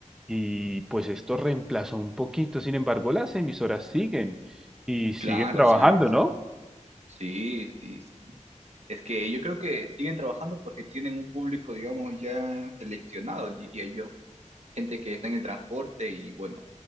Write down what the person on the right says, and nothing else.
Claro,
sí, sí,
sí, sí, sí. Es que yo creo que siguen trabajando porque tienen un público, digamos, ya seleccionado, diría yo. Gente que está en el transporte y bueno,